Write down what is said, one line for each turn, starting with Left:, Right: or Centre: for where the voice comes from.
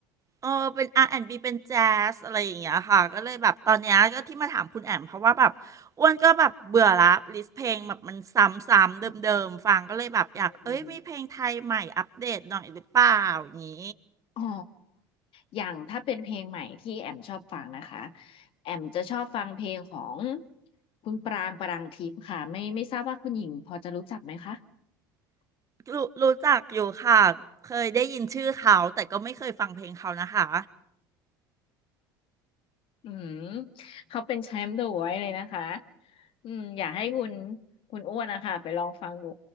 Right: เออเป็นอาร์แอนด์บ b เป็นแจ๊สอะไรอย่างเงี้ยค่ะก็เลยแบบตอนเนี้ยก็ที่มาถามคุณแอมเพราะว่าแบบอ้วนก็แบบเบื่อละลิสต์เพลงแบบมันซ้ำๆเดิมๆฟังก็เลยแบบอยากเอ้ยมีเพลงไทยใหม่อัปเดตหน่อยหรือเปล่าอย่างงี้
Left: อืมอืมอ๋ออย่างถ้าเป็นเพลงใหม่ที่แอมชอบฟังนะคะแอมจะชอบฟังเพลงของคุณปรางปรังทิพย์ค่ะไม่ไม่ทราบว่าคุณหญิงพอจะรู้จักไหมคะ
Right: รู้รู้จักอยู่ค่ะเคยได้ยินชื่อเขาแต่ก็ไม่เคยฟังเพลงเขานะคะ
Left: อืมเขาเป็นแชมป์เดอะไว้์เลยนะคะอืมอยากให้คุณคุณอ้วนนะคะไปลองฟังดู